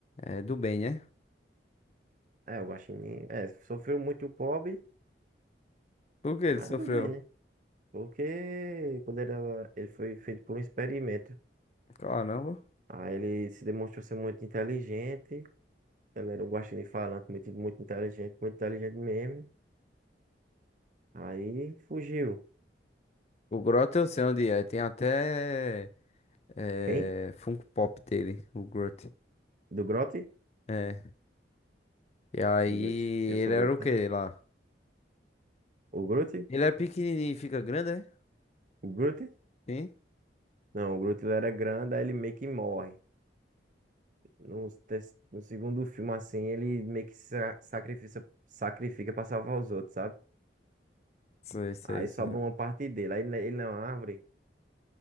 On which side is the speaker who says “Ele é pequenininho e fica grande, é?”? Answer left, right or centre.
Left